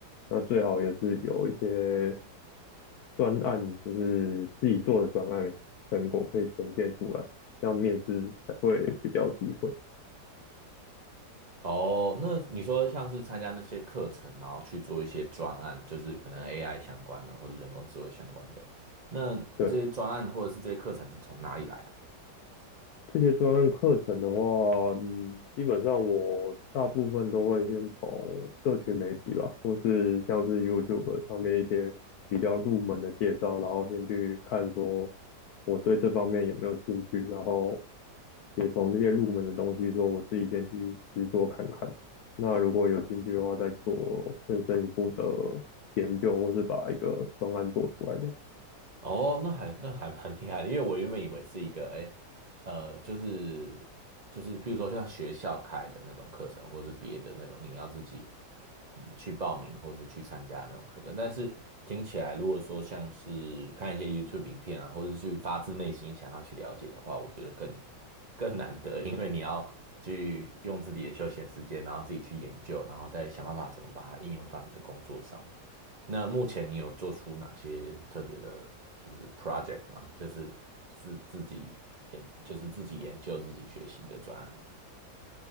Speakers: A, on the left; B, on the right.
A: 那最好也是有一些专案，就是自己做的专案成果可以呈现出来，这样面试才会比较有机会。
B: 哦，那你说像是参加那些课程，然后去做一些专案，就是可能 AI 相关的或者人工智慧相关的，那这些专案或者是这些课程是从哪里来啊？
A: 对。这些专案课程的话，嗯，基本上我大部分都会先从社群媒体吧，或是像是 YouTube 上面一些比较入门的介绍，然后先去看说我对这方面有没有兴趣，然后也从这些入门的东西说我自己先去实做看看。那如果有兴趣的话，再做更深一步的研究，或是把一个专案做出来这样。
B: 哦，那还那还蛮厉害的，因为我原本以为是一个，哎，呃，就是就是，譬如说像学校开的那种课程，或是别的那种，你要自己嗯去报名或是去参加那种课程。但是听起来，如果说像是看一些 YouTube 影片啊，或者是去发自内心想要去了解的话，我觉得更更难得，因为你要去用自己的休闲时间，然后自己去研究，然后再想办法怎么把它应用到你的工作上。那目前你有做出哪些特别的，就是 project 吗？就是自自己研，就是自己研究、自己学习的专案吗？